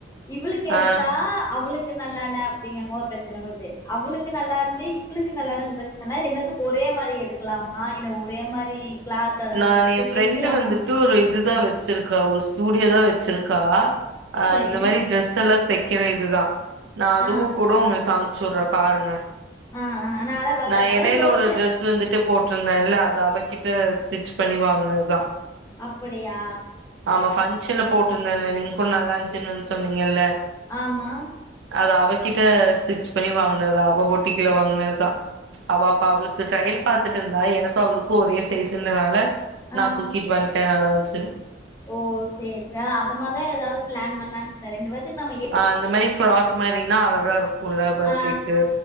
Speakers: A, on the left (about 20°); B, on the right (about 80°).
A: இவளுக்கு எடுத்தா
B: ஆ
A: அவளுக் கு நல்லால்ல அப்படிங்க மாரி ஒரு பிரச்சனை வருது அவளுக்கு நல்லாருந்து இவளுக்கு நல்லால்லன்னு பிரச்ச அதனால ரெண்டேத்துக்கு ஒரே மாரி எடுக்கலாமா இல்ல ஒரே மாரி கிளாத் அதாவது
B: நான்
A: எடுத்து
B: என் ஃப்ரெண்டு
A: தெக்கலாமா
B: வந்துட்டு ஒரு இதுதா வச்சிருக்கா ஒரு ஸ்டூடியோ தா வச்சிருக்கா அ
A: சேரி
B: இந்த மாரி ட்ரெஸ்ஸெல்லா தைக்கிற இதுதா நா அதுவும்
A: ஆ
B: கூட உங்களுக்கு அனு ப்புச்சு விடுறேன் பாருங்க
A: ஆ ஆ ஆ அத பாத்தே
B: நா
A: அதா
B: எடையில
A: யோசிச்சே
B: ஒரு ட்ரெஸ் வந்துட்டு போட்ருந்தேன்ல அத அவகிட்ட ஸ்டிச் பண்ணி வாங்குனதுதா
A: அப்படியா
B: ஆமா ஃபங்க்ஷன்ல போட்ருந்தேன்ல நீங்க கூட நல்லாருந்துச்சுன்னு வந்து சொன்னீங்கல்ல
A: ஆமா
B: அது அவாகிட்ட ஸ்டிச் பண்ணி வாங்குனது தா அவ பொட்டிக்ல வாங்குனதுதா அவா அப்ப அவளுக்கு ட்ரயல் பாத்துட்டு இருந்தா எனக்கும் அவளுக்கும் ஒரே சைஸுன்னனால நா
A: ஆ
B: தூக்கிட்டு வன்ட்டே நல்லாருந்துச்சுனு
A: ஓ சேரி சேரி நா அத மாரிதா எதாவது ஃப்ளான் பண்ணலானு இந்த ரெண்டு பேத்துக்கு நம்ம இப்
B: ஆ அந்த மாரி ஃப்ராக் மாரினா அழகா இருக்கும்ல பெர்த்டேக்கு
A: ஆ